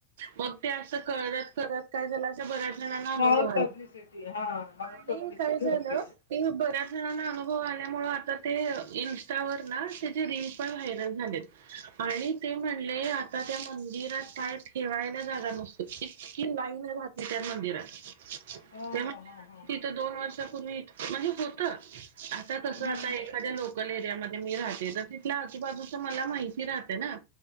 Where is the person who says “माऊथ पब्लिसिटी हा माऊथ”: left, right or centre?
Left